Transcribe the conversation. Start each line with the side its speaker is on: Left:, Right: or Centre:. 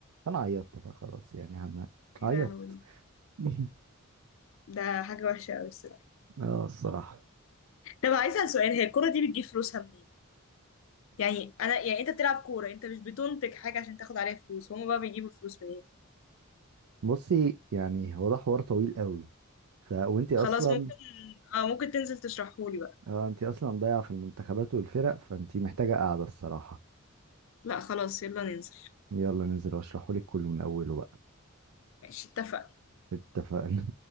Right: انا عيطت بقى خلاص يعني عم-
Left: يا
Right: عيطت
Left: لهوي
Right: <laughs>
Left: ده حاجه وحشه قوي الصراحه
Right: اه الصراحة
Left: طب عايزه اسال سؤال هي الكره دي بتجيب فلوسها منين يعني انا يعني انت بتلعب كوره انت مش بتنتج حاجه عشان تاخد عليها فلوس هما بقى بيجيبوا الفلوس منين
Right: بصي يعني هو ده حوار طويل قوي ف وانتي
Left: خلاص
Right: اصلا
Left: ممكن اه ممكن تنزل تشرحهولي بقى
Right: اه انتي اصلا ضايعه في المنتخبات والفرق فانتي محتاجه قاعده الصراحه
Left: لا خلاص يلا ننزل
Right: يلا ننزل واشرحهولك كله من اوله بقى
Left: ماشي اتفقنا
Right: اتفقنا